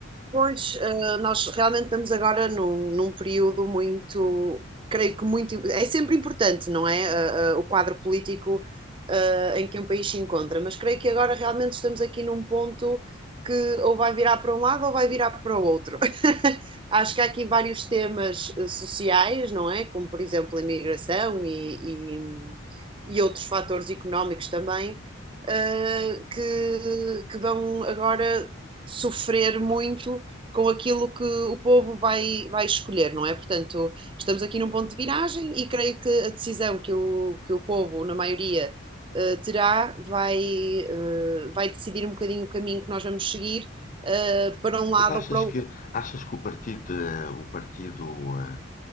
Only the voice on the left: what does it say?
Mas achas
que, achas que o partido, eh, o partido eh,